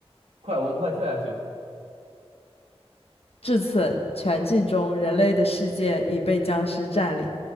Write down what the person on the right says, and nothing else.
快，我们快跳下去。